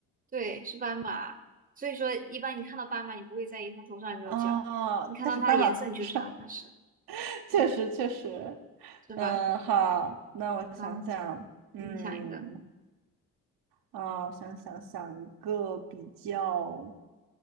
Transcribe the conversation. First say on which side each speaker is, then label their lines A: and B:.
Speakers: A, on the right; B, on the right.
A: 对，是斑马。所以说，一般你看到斑马，你不会在意它头上有没有角，
B: 啊，
A: 你看到它的颜色，
B: 但是斑马头上
A: 你就知道它是，
B: <laughs> 确实确实，
A: 嗯，是吧？
B: 嗯，好，那我想想，
A: 好，
B: 嗯，
A: 你想一个，
B: 啊，我想想想一个比较。